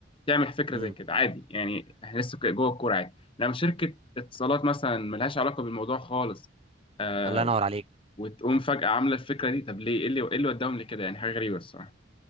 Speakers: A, on the left; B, on the right.
A: تعمل فكره
B: مم.
A: زي كده عادي يعني احنا لسه ك- جوه الكوره عادي لما شركه اتصالات مثلا ملهاش علاقه بالموضوع خالص آه
B: الله ينور عليك
A: وتقوم فجاه عامله الفكره دي طب ليه ايه اللي ايه اللي وداهم لكده يعني حاجه غريبه الصراحه